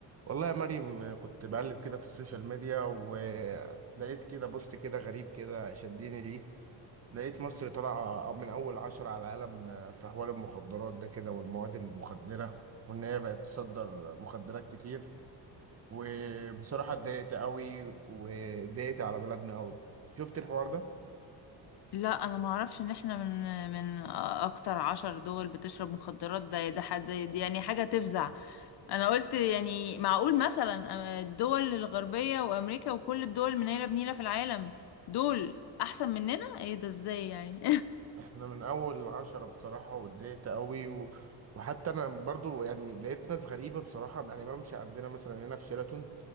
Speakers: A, on the right; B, on the left.
A: والله يا مريم كنت بقلب كده في السوشيال ميديا ولقيت كده بوست كده غريب كده شدني ليه لقيت مصر طالعة من أول عشرة على العالم في حوار المخدرات ده كده والمواد المخدرة وإن هي بقت تصدر مخدرات كتير وبصراحة اتضايقت قوي واتضايقت على بلدنا قوي شفت الحوار ده؟
B: لا انا ما اعرفش ان احنا من من اكتر عشر دول بتشرب مخدرات ده ده حد دي يعني حاجه تفزع انا قلت يعني معقول مثلا آه، الدول الغربيه وامريكا وكل الدول منيله بنيله في العالم دول احسن مننا ايه ده ازاي يعني
A: احنا من اول العشرة بصراحة واتضايقت قوي و... وحتى انا برضو يعني لقيت ناس غريبة بصراحة يعني بمشي عندنا مثلا هنا في شيراتون